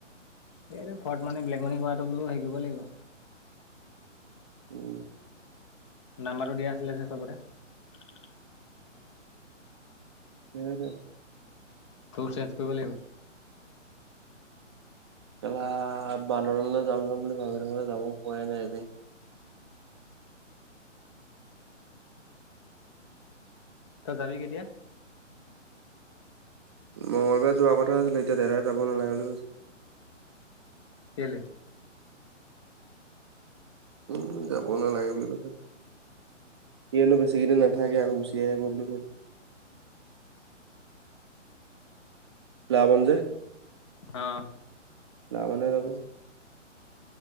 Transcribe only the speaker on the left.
এই ফৰ্ট মানি ব্লেক মানি কৰাটো বোলো হেৰি কৰিব লাগিব
নাম্বাৰটো দিয়া আছিলে যে চবতে
তোৰ চেঞ্জ কৰিব লাগিব
তই যাবি কেতিয়া
কেলে
অ